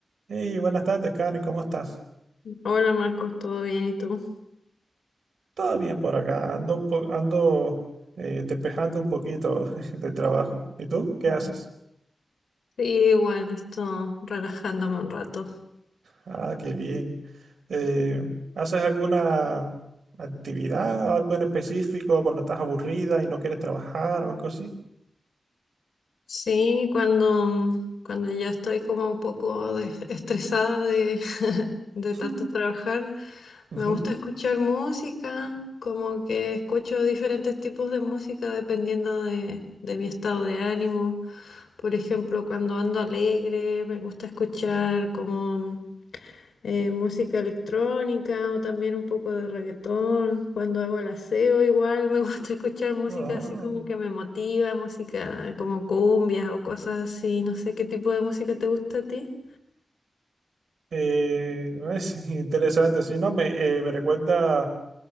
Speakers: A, on the right; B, on the left.
A: Hey, buenas tardes, Karen, ¿cómo estás?
B: Hola Marcos, ¿todo bien? ¿Y tú?
A: Todo bien por acá, ando, un po- ando eh, despejando un poquito <laughs> de trabajo. ¿Y tú qué
B: Mm.
A: haces?
B: Sí, igual, estoy relajándome un rato.
A: Ah, qué bien. Eh, ¿haces alguna actividad, algo en específico cuando estás aburrida y no quieres trabajar o algo así?
B: Sí, cuando, cuando ya estoy como un poco des- estresada de, <laughs> de
A: Sí.
B: tanto trabajar,
A: Ujú.
B: me gusta escuchar música, como que escucho diferentes tipos de música dependiendo de, de mi estado de ánimo. Por ejemplo, cuando ando alegre, me gusta escuchar como eh, música electrónica o también un poco de reggaetón. Cuando hago el aseo, igual me <laughs> gusta escuchar música
A: Oh,
B: así como que me motiva, música como cumbias o cosas así. No sé qué tipo de música te gusta a ti.
A: eh, <laughs> es interesante, sí, no, me, eh, me recuerda